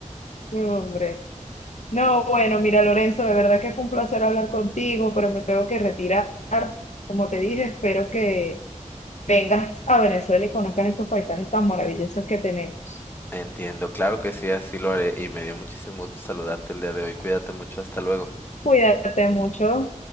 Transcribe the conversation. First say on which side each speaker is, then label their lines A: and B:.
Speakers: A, on the left (about 65°); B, on the left (about 15°).
A: No, Hombre. No, bueno, mira, Lorenzo, de verdad que fue un placer hablar contigo, pero me tengo que retirar. Como te dije, espero que vengas a Venezuela y conozcas estos paisajes tan maravillosos que tenemos.
B: entiendo, claro que sí, así lo haré, y me dio muchísimo gusto saludarte el día de hoy. Cuídate mucho, hasta luego.
A: Cuídate mucho.